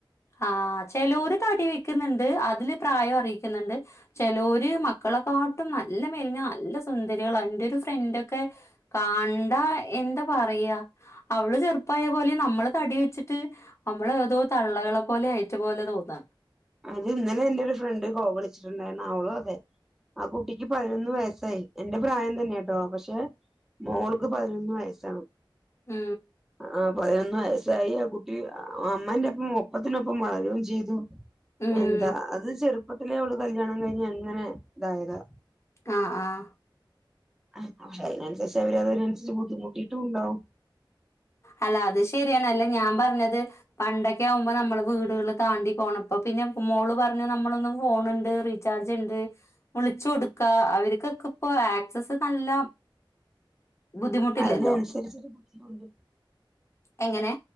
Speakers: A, on the left (about 30°); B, in the centre.
A: ആഹ് ചിലര് തടി വെക്കുന്നുണ്ട് അതില് പ്രായം അറിയിക്കുന്നുണ്ട് ചിലര് മക്കളെക്കാട്ടും നല്ല മേലിന്ന നല്ല സുന്ദരികൾ അതിന്റെ ഒരു ഫ്രണ്ട്ക്കെ കണ്ടാ എന്താ പറയാ അവള് ചെറുപ്പായ പോലെ നമ്മള് തടി വെച്ചിട്ട് നമ്മള് ഏതോ തള്ളകളെ പോലെ ആയറ്റ പോലെ തോന്നാം
B: അത് ഇന്നലെ എന്റെറെ ഒരു ഫ്രണ്ട് കോ വിളിച്ചിട്ടുണ്ടായിരരുന്നു ആഹ് അവളോ അതെ ആഹ് കുട്ടിക്ക് പതിനൊന്ന് വയസ്സായി എന്റെ പ്രായം തന്നെ കേട്ടോ പക്ഷെ മോൾക്ക് പതിനൊന്ന് വയസ്സാണ്
A: ഉം
B: ആഹ് പതിനൊന്ന് വയസായി ആഹ് കുട്ടി അമ്മന്റെ ഒപ്പം ഒപ്പത്തിനൊപ്പം വളരുകയും ചെയ്തു
A: ഉം
B: എന്താ അത് ചെറുപ്പത്തിലെ അവള് കല്യാണം കഴിഞ്ഞഞ് എങ്ങനെ ഇതായത്
A: ആഹ് ആഹ്
B: ആഹ് അതിനനുസരിച്ച് അവര് അതിനനുരി ബുദ്ധിമുട്ടിട്ടും ഉണ്ടാവും
A: അല്ല അത് ശരിയണല്ല ഞാൻ പറഞ്ഞത് പണ്ടൊക്കെ ആകുമ്പോ നമ്മള് വീടുകള് താണ്ടി പോണം ഇപ്പ പിന്നെ മോള് പറഞ്ഞു നമ്മളൊന്നും ഫോണുണ്ട് ചജ് ഉണ്ട് വിളിച്ചു കൊടുക്ക അവർക്കൊക്കെ ഇപ്പ ആക്സ നല്ല ബുദ്ധിമുട്ടില്ലല്ലോ
B: അതിനനുസരിച്ചൊരു ബുദ്ധിമുണ്ട്
A: എങ്ങനെ